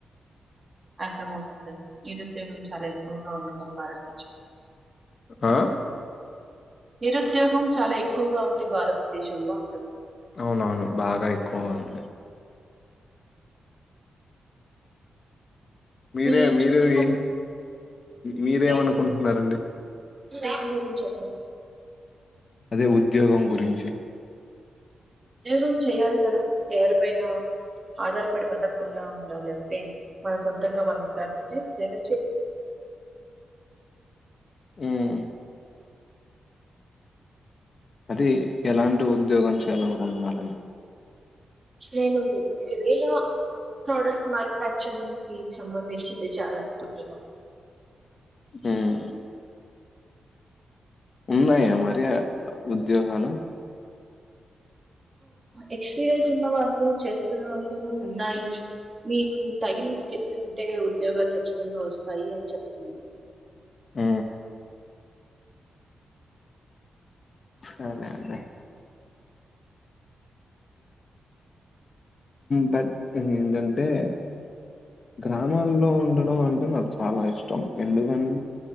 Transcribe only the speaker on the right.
అర్ధం అవుతుంది అండి నిరుద్యోగం చాలా ఎక్కువగా ఉంది మన భారత దేశం లో
నిరుద్యోగం చాలా ఎక్కువగా ఉంది భారతదేశంలో అంటుంది
మీ
చిత్తం
నేను దేని గురించండి?
ఉద్యోగం చేయాలి కదా ఎవరిపైనా ఆధారపడి బతకుండా ఉండాలంటే మన సొంతంగా మనం వెలాాలంటే జగ చేయి
నేను ఏవేల ప్రోడక్ట్స్ మ్యానుఫ్యాక్చరింగ్ కి సంబంధించింది చాననుకుంటున్నా
ఎక్స్పీరియన్స్ ఉన్నవాళ్ళు చేస్తన్న వాళ్ళు ఉన్నాయి మీకు తగిన స్కిట్స్ ఉంటే ఉద్యోగాలు ఖచ్చితంగా వస్తాయి అని చెప్తున్నారు